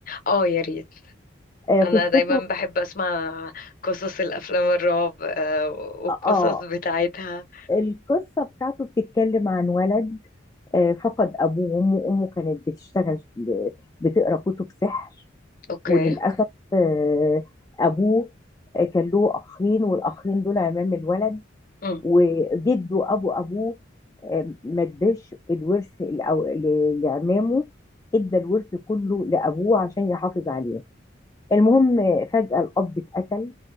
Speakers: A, on the left; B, on the left.
A: اه يا ريت
B: آه،
A: انا
B: قصته
A: دايما بحب اسمع قصص الافلام الرعب آه، والقصص
B: اه
A: بتاعتها
B: القصه بتاعته بتتكلم عن ولد آه، فقد ابوه وامه امه كانت بتشتغل آه، بتقرا كتب سحر
A: اوكي
B: وللأسف آه، أبوه آه، كان له أخين والأخين دول عمام الولد
A: امم
B: وجده أبو أبوه آه، ما اداش الورث الأو- ل- لعمامه ادى الورث كله لأبوه عشان يحافظ عليه المهم آه، فجأة الأب اتقتل